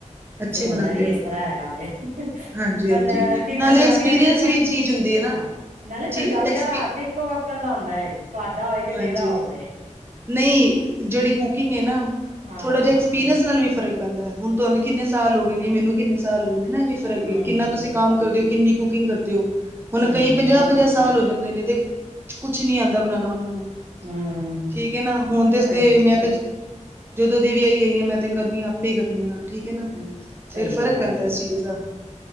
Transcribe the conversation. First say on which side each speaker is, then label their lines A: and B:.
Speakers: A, on the right (about 20°); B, on the right (about 80°).
A: ਅੱਛੀ
B: ਹੁਣ
A: ਬਣਾਉਂਦੇ
B: ਹੀ
A: ਹੋ।
B: ਇਸ ਤਰ੍ਹਾਂ ਹੈਗਾ।
A: ਹਾਂਜੀ-ਹਾਂਜੀ
B: ਪਰ ਕੀ
A: ਨਾਲੇ
B: ਪੰਜਾਬੀਆਂ
A: ਐਕਸਪੀਰੀਅੰਸ
B: ਦੀ ਤਾਂ ਸਭ
A: ਵੀ
B: ਦੀ।
A: ਚੀਜ਼ ਹੁੰਦੀ ਹੈ ਨਾ
B: ਹਾਂ, ਨਾਲੇ
A: ਜੀ
B: ਪੰਜਾਬੀਆਂ
A: ਐਕਸਪੀ
B: ਦਾ ਹੱਥ ਇੱਕੋ ਵੱਕਣ ਦਾ ਹੁੰਦਾ ਹੈ। ਤੁਹਾਡਾ ਹੋਵੇ
A: ਹਾਂਜੀ-ਹਾਂਜੀ
B: ਕਿ ਮੇਰਾ ਹੋਵੇ।
A: ਨਹੀਂ, ਜਿਹੜੀ ਕੁਕਿੰਗ ਹੈ ਨਾ,
B: ਹਾਂ
A: ਥੋੜਾ ਜਿਹਾ ਐਕਸਪੀਰੀੰਸ ਨਾਲ ਵੀ ਫਰਕ ਪੈਂਦਾ। ਹੁਣ ਤੁਹਾਨੂੰ ਕਿੰਨੇ ਸਾਲ ਹੋ ਗਏ ਨੇ। ਮੈਨੂੰ ਕਿੰਨੇ ਸਾਲ ਹੋਏ ਨੇ ਨਾ ਵੀ ਫਿਰ
B: ਹੂੰ
A: ਕਿੰਨਾ ਤੁਸੀਂ ਕੰਮ ਕਰਦੇਓ। ਕਿੰਨੀ ਕੁਕਿੰਗ ਕਰਦੇ ਔ। ਹੁਣ
B: ਹੂੰ
A: ਕਈ ਪੰਜਾਹ- ਪੰਜਾਹ ਸਾਲ ਹੋ ਜਾਂਦੇ ਨੇ। ਤੇ ਕੁਛ ਨੀ ਆਂਦਾ ਬਣਾਉਣਾ ਉਹਨਾਂ ਨੂੰ।
B: ਹੂੰ।
A: ਠੀਕ ਹੈ ਨਾ। ਹੁਣ ਤੇ
B: ਸਹੀ ਗੱਲ
A: ਮੈਂ ਤੇ ਜਦੋਂ ਦੀ ਵਿਆਹੀ ਆਈ ਹਾਂ ਮੈਂ ਤੇ ਕਰਨੀ ਆ ਆਪੇ ਹੀ ਕਰਨੀ ਹਾਂ। ਠੀਕ ਐ ਨਾ।
B: ਹੂੰ ਸਹੀ
A: ਫੇਰ
B: ਗੱਲ
A: ਫ਼ਰਕ ਪੈਂਦਾ
B: ਹੈਗੀ।
A: ਇਸ ਚੀਜ਼ ਦਾ।